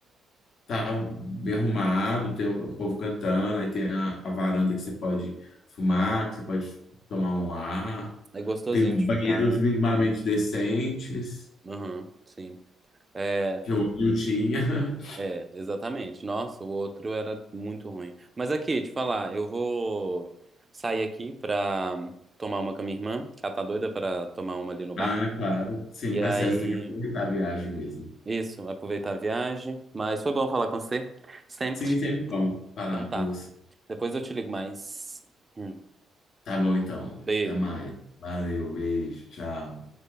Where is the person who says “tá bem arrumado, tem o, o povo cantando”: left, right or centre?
Left